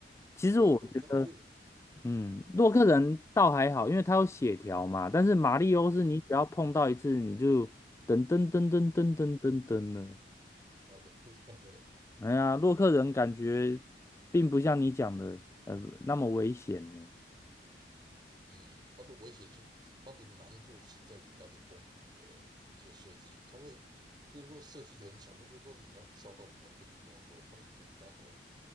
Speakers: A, on the left (about 15°); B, on the right (about 25°).
A: 其实我觉得，
B: 对对对，他最，
A: 嗯，洛克人倒还好，因为它有血条嘛。但是马里欧是你只要碰到一次，
B: 嗯，
A: 你就噔噔噔噔噔噔噔噔了。
B: 啊不，<laughs>
A: 哎呀，洛克人感觉并不像你讲的，呃，那么危险呢。
B: 嗯，他的危险是它的难度是在于它的关卡的一些设计，它会就是说设计的很巧妙，就是说你要跳到某一个地方的时候，它里面刚好